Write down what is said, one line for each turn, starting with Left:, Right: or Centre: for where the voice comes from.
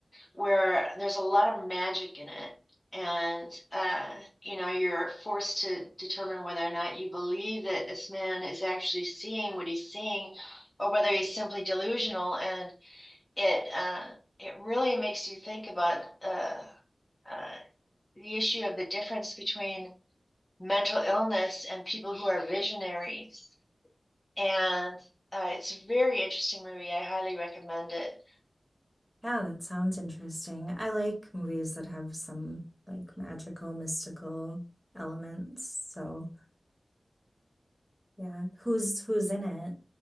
Left: where there's a lot of magic in it. And uh, you know, you're forced to determine whether or not you believe that this man is actually seeing what he's seeing, or whether he's simply delusional. And it uh, it really makes you think about uh, uh, the issue of the difference between mental illness and people who are visionaries. And uh, it's a very interesting movie. I highly recommend it.
Centre: Yeah, that sounds interesting. I like movies that have some like magical, mystical elements. So, yeah, who's who's in it?